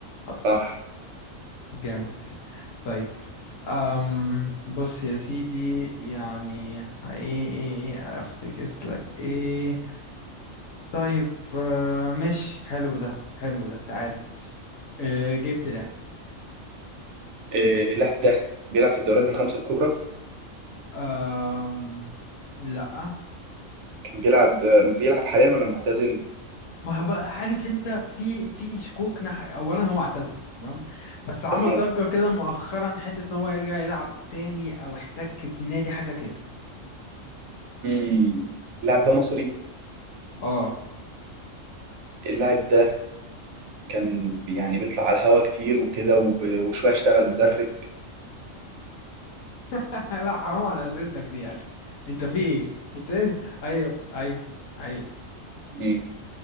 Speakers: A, on the left; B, on the right.
A: حضري
B: صح
A: جامد طيب أم بص يا سيدي يعني ايه ايه ايه افتكس لك ايه طيب آه، ماشي حلو ده حلو ده تعالى آه، جبت لعب
B: إيه اللاعب ده بيلعب في الدوريات الخمسة الكبرى
A: أم... لا
B: كان بيلعب بيلعب حاليا ولا معتزل
A: ما هو بقى عارف انت في في شكوك ناحية اولا هو اعتزل تمام بس عمل
B: تمام
A: ضجة كده مؤخرا حتة ان هو يرجع يلعب تاني او احتك بنادي حاجة كده
B: مم. اللاعب ده مصري
A: اه
B: اللاعب ده كان يعني بيطلع على الهوا كتير وكده وب- وشوية اشتغل مدرب
A: <laughs> لا حرام على اسئلتك دي يا اخي انت في ايه انت ايه ايوه ايوه ايوه
B: مم.